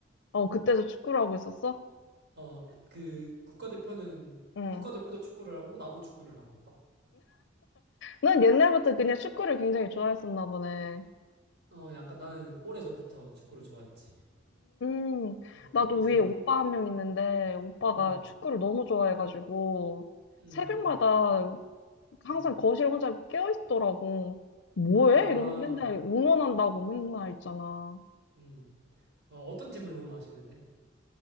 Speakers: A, on the left; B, on the right.
A: 어, 그때도 축구를 하고 있었어?
B: 어, 그 국가대표는
A: 응.
B: 국가대표도 축구를 하고 나도 축구를 하고.
A: 난 옛날부터 그냥 축구를 굉장히 좋아했었나 보네.
B: 어, 약간 나는 오래전부터 축구를 좋아했지.
A: 음,
B: 어,
A: 나도
B: 이제,
A: 위에 오빠 한 명 있는데, 오빠가
B: 음,
A: 축구를 너무 좋아해가지고,
B: 음,
A: 새벽마다
B: 음,
A: 항상
B: 음.
A: 거실 혼자 깨어있더라고. 뭐해?
B: 아,
A: 이러면 맨날 응원한다고 맨날 있잖아.
B: 음. 아, 어떤 팀을 응원하시는데?